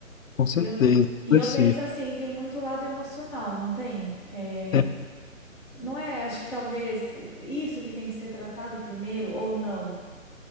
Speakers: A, on the left (about 70°); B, on the left (about 20°).
A: Com certeza.
B: E eu, e
A: Assim,
B: eu penso assim, tem muito lado emocional, não tem? É,
A: é-
B: não é, acho que talvez o- isso que tem que ser tratado primeiro ou não.